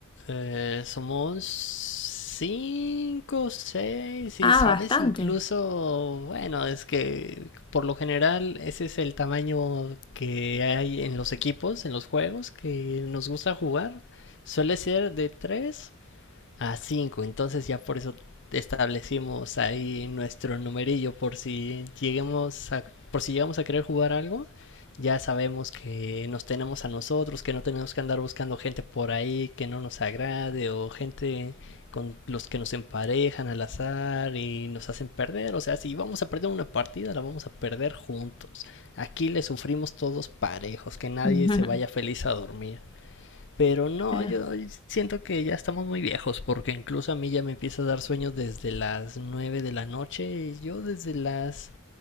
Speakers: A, on the left; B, on the left.
A: Eh, somos cinco, seis, y
B: Ah,
A: sabes
B: bastante.
A: incluso, bueno, es que por lo general ese es el tamaño que hay en los equipos, en los juegos que nos gusta jugar. Suele ser de tres a cinco Entonces ya por eso establecimos ahí nuestro numerillo por si lleguemos a, por si llegamos a querer jugar algo. Ya sabemos que nos tenemos a nosotros, que no tenemos que andar buscando gente por ahí que no nos agrade o gente con los que nos emparejan al azar y nos hacen perder. O sea, si vamos a perder una partida, la vamos a perder juntos. Aquí le sufrimos todos parejos, que nadie
B: <laughs>
A: se vaya feliz a dormir. Pero no,
B: Claro.
A: yo siento que ya estamos muy viejos, porque incluso a mí ya me empieza a dar sueños desde las 9 de la noche. Yo desde las